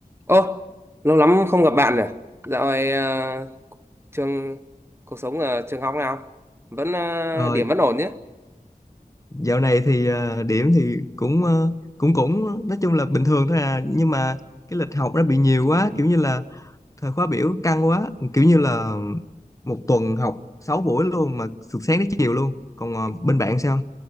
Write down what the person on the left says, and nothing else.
Ờ,
dạo này thì à, điểm thì cũng ờ, cũng cũng nói chung là bình thường thôi à nhưng mà cái lịch học nó bị nhiều
quá kiểu như là thời khóa biểu căng quá kiểu như
là một tuần học 6 buổi luôn mà từ sáng đến chiều luôn còn ờ,
bên bạn sao